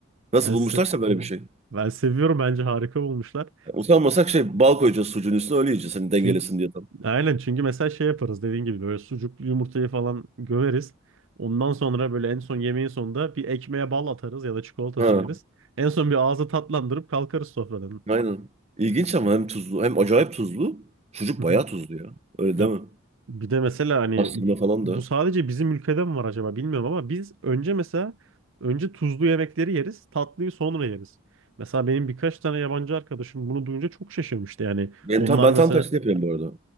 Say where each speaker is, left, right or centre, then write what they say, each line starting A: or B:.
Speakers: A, on the right (about 30°); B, on the right (about 60°).
A: nasıl
B: Ben,
A: bulmuşlarsa
B: se-
A: böyle bir şey.
B: ben seviyorum bence harika bulmuşlar.
A: Yani utanmasak şey bal koyacağız sucuğun üstüne öyle yiyeceğiz
B: <laughs>
A: hani dengelesin
B: Çünkü
A: diye tam.
B: Aynen çünkü mesela şey yaparız dediğin gibi böyle sucuklu yumurtayı falan gömeriz. Ondan sonra böyle en son yemeğin sonunda bir ekmeğe bal atarız ya da çikolata
A: Ha,
B: süreriz. En son bir ağzı tatlandırıp kalkarız sofradan.
A: aynen.
B: <laughs>
A: İlginç ama hem tuzlu hem acayip tuzlu. Sucuk
B: Hı hı.
A: bayağı tuzlu ya. Öyle değil
B: Ya
A: mi?
B: bir de mesela hani
A: Pastırma falan
B: bu
A: da.
B: sadece bizim ülkede mi var acaba bilmiyorum ama biz önce mesela önce tuzlu yemekleri yeriz, tatlıyı sonra yeriz. Mesela benim birkaç tane yabancı arkadaşım bunu duyunca çok şaşırmıştı yani.
A: Ben
B: Onlar
A: tam ben
B: mesela
A: tam tersini yapıyorum bu arada.